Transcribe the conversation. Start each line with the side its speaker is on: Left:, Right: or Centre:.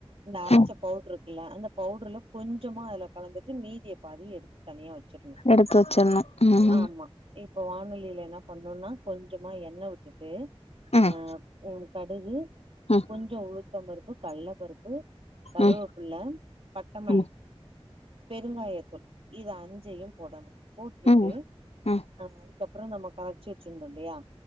Right: இந்த அரச்ச
Left: ம்
Right: பவுடர் இருக்கல்ல அந்த பவு கொஞ்சமா அதுல கலந்துட்டு மீதிய பாதி எடுத்து தனியா வெச்சிரணு
Left: எடுத்து வச்சிர்ணு ம் ம்
Right: ஆமா இப்ப வானலைல என்ன பண்ணணுனா கொஞ்சமா எண்ண விட்டுட்டு
Left: ம்
Right: அ உ கடுகு
Left: ம்
Right: கொஞ்சோ உளுத்தம் பருப்பு, கல்ல பருப்பு, கருவேப்புள்ள
Left: ம்
Right: டம
Left: ம்
Right: பெருங்காயத்தூள் இது அஞ்சயும் போடணு போட்டுட்டு
Left: ம் ம்
Right: அதுக்கப்றோ நம்ம கரச்சு வெச்சிருந்தோ இல்லயா